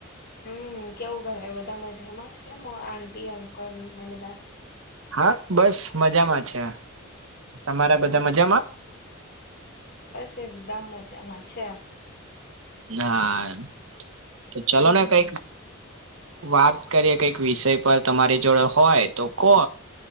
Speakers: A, on the left; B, on the right.
A: હમ કેવું ઘરે બધા મજામાં છે, આટી અંકલ ને બધા?
B: હા બસ મજામાં છે. તમારા
A: હમ્મ
B: બધા મજામાં?
A: તે એકદમ મજામાં છે.
B: ના તો ચાલો
A: હમ્મ
B: ને કઈક વાત કરીએ કઈક વિષય પર તમારી જોડે હોય તો કો